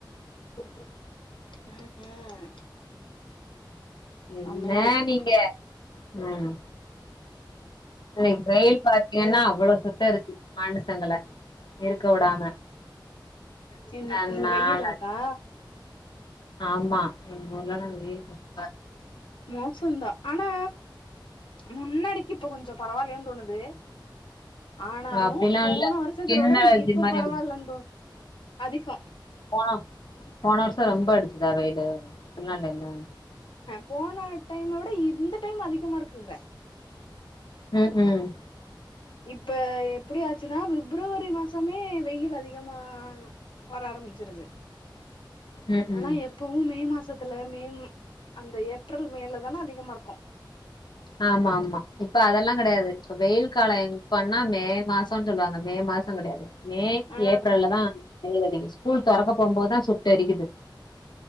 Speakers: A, on the left; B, on the left.
A: கொட்டு
B: ம் ம் செம்மையா
A: என்ன
B: இருக்கு
A: நீங்க ம் இன்னைக்கு வெயில் பாத்தீங்கன்னா
B: ஏ
A: அவ்ளோ சுட்டெரிச்சுசு மனுசங்களை இருக்க விடாம
B: சின்
A: அதனால
B: இந்த வெயிலாக்கா
A: ஆமா எங்க ஊர்லலா வெயில் ரொம்ப
B: மோசந்தான் ஆனா முன்னாடிக்கு இப்ப கொஞ்சம் பரவாயில்லையான்னு தோணுது ஆனாலு
A: அப்டிலா
B: போன
A: இல்ல
B: வருஷத்த
A: ஸ்கின்
B: விட
A: அலர்ஜி
B: இப்ப
A: மாரி
B: பரவாயில்லன்
A: ஆகுது
B: தோணு அதிகோ
A: போன போன வருசோ ரொம்ப அடிச்சுதா வெயிலு அப்டில்லா இல்லைல
B: போன டைம்ம விட இந்த டைம் அதிகமா இருக்குங்குறே
A: ம் ம்
B: இப்ப எப்படியாச்சுன்னா பிப்ரவரி மாசமே வெயில் அதிகமா வர ஆரம்பிச்சிருது
A: ம் ம்
B: ஆனா எ ப்பவும் மே மாசத்துல மே ம் அந்த ஏப்ரல் மேல தான அதிகமா இருக்கு
A: ஆமா ஆமா இப்ப அதெல்லா கெடையாது இப்ப வெயில் காலம் எப்பனா மே மாசனு சொல்லுவாங்க மே மாசம் கிடையாது மே
B: ஆ
A: ஏப்ரல்ல தா வெயில் அடிக்கிது ஸ்கூல் தொறக்க போம்போதுதா சுட்டெரிக்குது